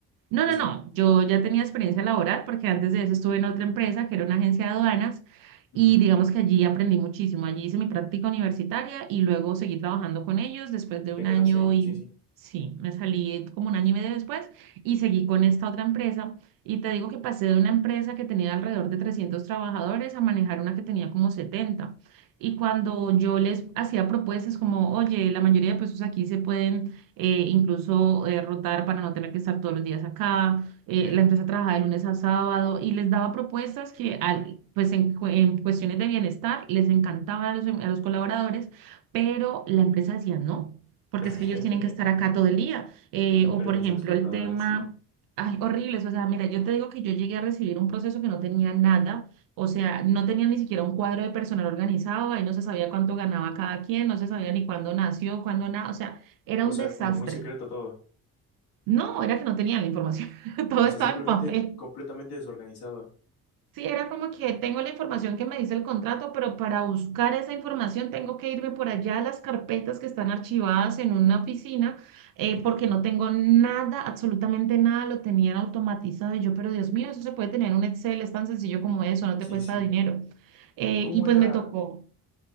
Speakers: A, on the right; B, on the left.
A: No,
B: sí,
A: no,
B: sí,
A: no. Yo ya tenía experiencia laboral porque antes de eso estuve en otra empresa que era una agencia de aduanas
B: Ujú.
A: y digamos que allí aprendí muchísimo. Allí hice mi práctica universitaria y luego seguí trabajando con ellos después de
B: Y te
A: un
B: quedaste
A: año
B: ahí,
A: y
B: sí, sí,
A: sí, me salí como un año y medio después y seguí con esta otra empresa. Y te digo que pasé de una empresa que tenía alrededor de 300 trabajadores a manejar una que tenía como 70. Y cuando yo les hacía propuestas como, oye, la mayoría de puestos aquí se pueden eh, incluso eh, rotar para no tener que estar todos los días acá. Eh,
B: sí,
A: la empresa trabajaba de lunes a sábado y les daba propuestas que, al- pues en, cu- en cuestiones de bienestar, les encantaban a los, em- a los colaboradores, pero la empresa decía no, porque
B: <laughs>
A: es que ellos tienen que estar acá todo el día. Eh,
B: empresas
A: o, por ejemplo,
B: explotadoras,
A: el tema...
B: sí.
A: Ay, horribles, o sea, mira, yo te digo que yo llegué a recibir un proceso que no tenía nada, o sea, no tenía ni siquiera un cuadro de personal organizado, ahí no se sabía cuánto ganaba cada quien, no se sabía ni cuándo nació, cuándo nada, o sea, era
B: O
A: un
B: sea,
A: desastre.
B: como muy secreto todo.
A: No, era que no tenían la información. <laughs> Todo
B: O sea,
A: estaba
B: simplemente
A: en papel.
B: completamente desorganizado.
A: Sí, era como que tengo la información que me dice el contrato, pero para buscar esa información tengo que irme por allá a las carpetas que están archivadas en una oficina, eh,
B: Entiendo.
A: porque no tengo nada, absolutamente nada, lo tenían automatizado. Y yo, pero Dios mío, eso se puede tener en un Excel, es tan sencillo como eso, no
B: Sí,
A: te cuesta
B: sí.
A: dinero. Eh,
B: ¿Y cómo
A: y pues
B: era,
A: me tocó.